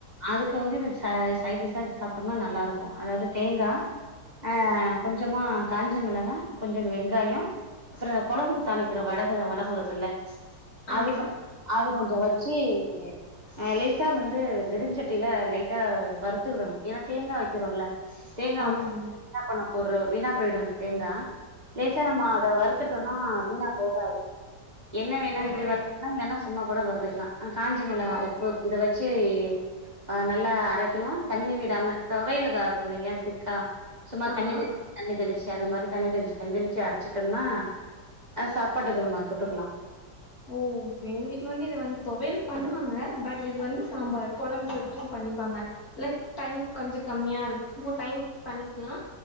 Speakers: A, on the right (about 25°); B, on the left (about 55°).
A: அதுக்கு வந்து இத சை சைடிஷா வச்சு சாப்பிட்டம்னா நல்லா இருக்கு அதாவது தேங்கா ஆ கொஞ்சமா காஞ்ச மிளகா கொஞ்சோன்டு வெங்காயோ அப்புறோ கொழம்புக்கு தாளிக்கிற வடக வடகோ இருக்குல்ல
B: ஆமா
A: அது கொ அது கொஞ்சு வச்சி அ லேசா வந்து வெருஞ்சட்டில லைட்டா வறுத்து விடணு ஏனா வைக்கிரோல தேங்கா வந்து
B: ஆமா
A: சீ வீணா போன பொருள் வீணா போய்டு தேங்கா லேசா நம்ம அத வறுத்துட்டோனா வீணா போகாது என்ன வேணா
B: ஆமா
A: விட்டு வறுத் இல்லனா சு சும்மா கூட வருதுக்லா அ காஞ்ச மெளகா உப்பு இத வச்சி ஆ நல்லா அரைக்கிணு தண்ணி விடாம தொவையலுக்கு அரப்போல்லயா திக்கா சும்மா
B: ஆமா
A: தண்ணி தெளி தண்ணி தெளிச்சு அது மாரி தண்ணி தெளிச்சு தண்ணி தெளிச்சு அரச்சிட்டம்னா சாப்பாட்டுக்கு நம்ம தொட்டுக்லா
B: ஓ எங்க வீட்ல வந்து இது வந்து தொவையிலுமா பண்ணுவாங்க பட் இது வந்து சாம்பார் குழம்பு பண்ணிப்பாங்க லைக் டைம் கொஞ்ச கம்மியாருக் ஒரு டைம் பண்ணிக்லா